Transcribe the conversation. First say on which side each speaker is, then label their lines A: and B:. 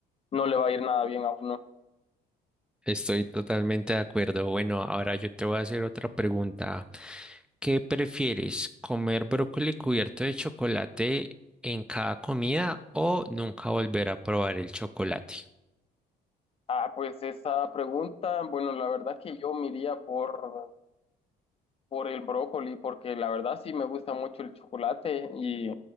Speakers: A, on the left; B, in the centre.
A: no le va a ir nada bien a uno.
B: Estoy totalmente de acuerdo. Bueno, ahora yo te voy a hacer otra pregunta. ¿Qué prefieres, comer brócoli cubierto de chocolate en cada comida o nunca volver a probar el chocolate?
A: Ah, pues esa pregunta, bueno, la verdad que yo me iría por por el brócoli, porque la verdad sí me gusta mucho el chocolate y